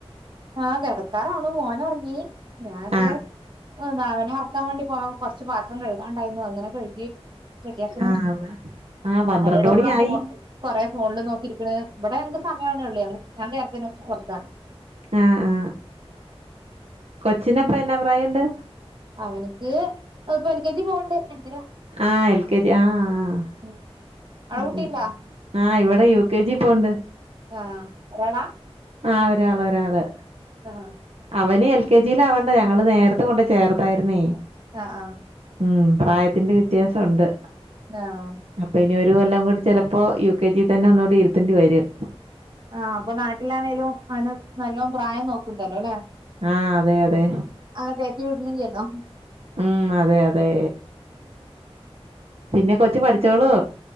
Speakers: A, on the right; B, on the right.
A: ആഹ് കെടക്കാറാവണു മോന് ഒറങ്ങി ഞാൻ ദേ
B: ആഹ്
A: നാളന കാൻ വേണ്ടി പോ കൊറച്ച് പാത്രം കഴുകാൻണ്ടാരുന്നു അത്ങ്ങനെ കഴുകി റെഡിയാക്കണം
B: ആഹ് ഉവ്വ് ആഹ് പന്ത്രണ്ട്
A: അയിന്റെ എടേകൂട
B: മണിയായി
A: ഫോ കൊറെേ ഫോണില് നോക്കി ഇരിക്കണ് ഇവിടെ എൻക്ക് സമയാ വണേ ഒള്ളേ ഞാൻ കേരളത്തിന് പൊറത്താണ്
B: ആഹ് ആഹ് കൊച്ചിന് അപ്പം എന്നാ പ്രായെണ്ട്
A: അവനിക്ക് ഇപ്പോ എൽ കെ ജി പോവണ്ട് അഞ്ചരാ
B: ആഹ് എൽ കെ ജി ആഹ്
A: ഉം അവിടെ
B: ഉംഉം
A: കുട്ടിയുണ്ടോ
B: ആഹ് ഇവിടെ യു കെ ജി പോണ്ട്
A: ആഹ് ഒരാളാ
B: ആഹ് ഒരാള് ഒരാള്
A: ആഹ്
B: അവന് എൽ കെ ജില് ആവണ്ടെ ഞങ്ങള് നേരത്തെ കൊണ്ട് ചേർത്താരുന്നേ
A: ആഹ് ആഹ്
B: ഉം പ്രായത്തിന്റെ വ്യത്യാസം ഒണ്ട്
A: ആഹ്
B: അപ്പോ ഇനി ഒരു കൊല്ലം കൂടി ചിലപ്പോ യു കെ ജി തന്നെ ഒന്നൂടി ഇരുത്തണ്ടി വരും
A: ആഹ് അപ്പോ നാട്ടിലാണേലും അവന് നല്ലോം പ്രായം നോക്കുണ്ടല്ലോ ല്ലേ
B: ആഹ് അതെ അതെ
A: അവന കേറ്റി വിട്ന്നിലല്ലോ
B: ഉം അതെ അതെ പിന്നെ കൊച്ചു പഠിച്ചോളു